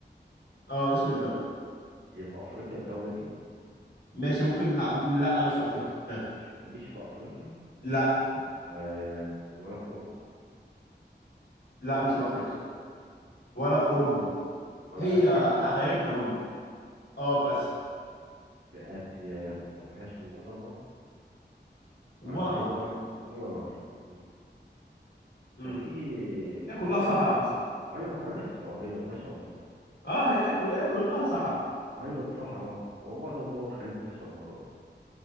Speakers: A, on the left; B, on the right.
A: اه اسم الدوله
B: هي في افريقيا الدولة دي
A: ماشي ممكن ه... لا مش في افريقيا ها.
B: مش في... مش في افريقيا
A: لا
B: آه... ولا في اوروبا
A: لا مش في افريقيا ولا في اوروبا
B: ولا
A: هي
B: اسيا
A: حبايبنا هم اه في اسيا
B: في اسيا وما فيهاش ولا نهر
A: ولا
B: عندنا
A: نهر
B: ما... ولا نهر مم.
A: امم
B: ده في ما
A: هي كلها
B: انت عندك
A: صحراء
B: الس...
A: اصلا
B: ايوه ما انت عندك السعودية ما فيهاش انهار اصلا
A: اه هي كل- هي كلها صحراء
B: ايوه الصحراء هو معظم دول الخليج ما فيهاش انهار اصلا